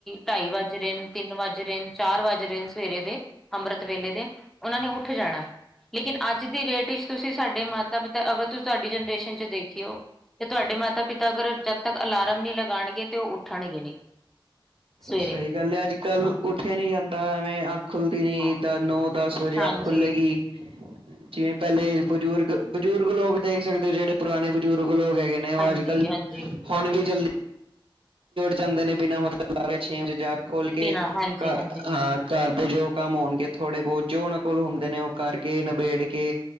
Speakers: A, in the centre; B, on the right.
A: ਢਾਈ ਵੱਜ ਰਹੇ ਨੇ, ਤਿੰਨ ਵੱਜ ਰਹੇ ਨੇ, ਚਾਰ ਵੱਜ ਰਹੇ ਨੇ, ਸਵੇਰੇ ਦੇ ਅੰਮ੍ਰਿਤ ਵੇਲੇ ਦੇ। ਉਹਨਾਂ ਨੇ ਉੱਠ ਜਾਣਾ। ਲੇਕਿਨ ਅੱਜ ਦੀ ਡੇਟ ਵਿੱਚ ਤੁਸੀਂ ਸਾਡੇ ਮਾਤਾ ਪਿਤਾ, ਅਗਰ ਤੁਸੀਂ ਤੁਹਾਡੀ ਜਨਰੇਸ਼ਨ 'ਚ ਦੇਖਿਓ। ਤੇ ਤੁਹਾਡੇ ਮਾਤਾ ਪਿਤਾ ਅਗਰ ਜਦ ਤੱਕ ਅਲਾਰਮ ਨਹੀਂ ਲਗਾਉਣਗੇ, ਤੇ ਉਹ ਉੱਠਣਗੇ ਨਹੀਂ। ਸਵੇਰੇ
B: ਸਹੀ ਗੱਲ ਹੈ ਅੱਜ ਕੱਲ੍ਹ ਉੱਠਿਆ ਨੀ ਜਾਂਦਾ, ਐਵੇਂ ਆ ਅੱਖ ਖੁਲਦੀ ਨੀ
A: ਹਾਂ
B: ਨੌ ਦਸ ਵਜੇ
A: ਹਾਂਜੀ
B: ਅੱਖ ਖੁੱਲੇਗੀ। ਜਿਵੇਂ ਪਹਿਲੇ ਬਜ਼ੁਰਗ, ਬਜ਼ੁਰਗ ਲੋਕ ਦੇਖ ਸਕਦੇ ਹੋ, ਜਿਹੜੇ ਪੁਰਾਣੇ ਬਜ਼ੁਰਗ ਲੋਕ ਹੈਗੇ ਉਹ
A: ਹਾਂਜੀ
B: ਅੱਜ ਕੱਲ
A: ਹਾਂਜੀ
B: ਹੁਣ ਵੀ ਜਲਦੀ ਜਾਂਦੇ ਨੇ ਬਿਨਾਂ ਮਤਲਬ ਲਾਰੇ ਛੇ ਵਜੇ ਜਾ ਖੋਲ ਕੇ
A: ਬਿਨਾਂ ਹਾਂਜੀ
B: ਘਰ
A: ਹਾਂਜੀ
B: ਦੇ ਜੋ ਕੰਮ ਹੋਣਗੇ, ਥੋੜੇ ਬਹੁਤ ਜੋ ਉਹਨਾਂ ਕੋਲ ਹੁੰਦੇ ਨੇ, ਉਹ ਕਰਕੇ, ਨਿਬੇੜ ਕੇ